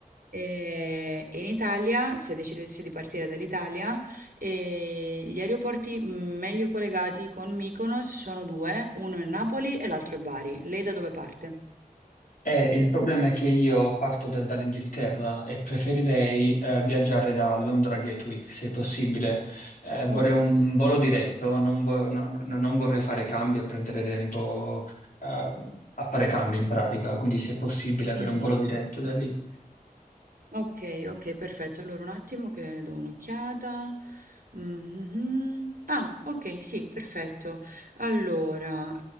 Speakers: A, on the right; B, on the left.
A: Eh, in Italia, se decidessi di partire dall'Italia, eh, gli aeroporti meglio collegati con Mykonos sono due, uno è Napoli e l'altro è Bari. Lei da dove parte?
B: Eh, il problema è che io parto da- dall'Inghilterra e preferirei eh, viaggiare da Londra a Gatwick, se possibile. Eh, vorrei
A: Ok.
B: un volo diretto, non, vo- non- non non vorrei fare cambi e perdere tempo eh, a fare cambi in pratica, quindi se è possibile avere
A: Mm.
B: un volo diretto da lì.
A: Okay, okay, perfetto. Allora un attimo che do un'occhiata. Mh-mh-mh. Ah, okay, sì, perfetto. Allora,